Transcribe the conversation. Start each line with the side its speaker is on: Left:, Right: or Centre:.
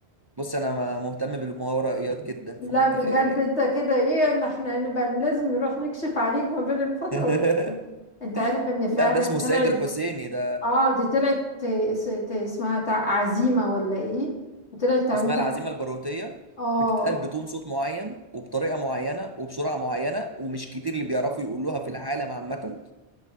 Right: بص انا ما- مهتم بالماورائيات جدا
Left: لا
Right: فما انت
Left: بجد
Right: تخيل يعني
Left: انت كده ايه ان احنا نبقى لازم نروح نكشف عليك ما بين الفترة
Right: <laughs>
Left: وال- انت عارف ان فعلا
Right: لا ده اسمه السيد
Left: طلعت
Right: الحسيني ده
Left: اه دي طلعت ت- س- ت- اسمها تع- عزيمة ولا ايه وطلعت تعويضة
Right: اسمها العزيمة
Left: ح-
Right: البارهوتية
Left: اه
Right: بتتقال بتون صوت معين وبطريقة معينة وبسرعة معينة ومش كتير اللي بيعرفوا يقولوها في العالم عامة